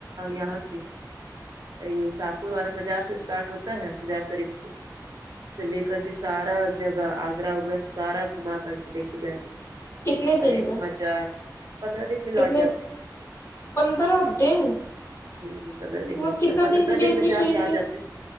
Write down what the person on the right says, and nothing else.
یہاں سے یہ ساہپور والا بازار سے اسٹارٹ ہوتا ہے شریف سے سے لے کر کے سارا جگہ آ اا اگگرا سارا گھما کر کے لے کے جائیں گے
ہر ایک
مچار پندرہ دن میں لوٹ
جاتے
ہوں پندرہ دن
لگتا
ہے پندرہ
دن
میں جا
کے آ
جاتے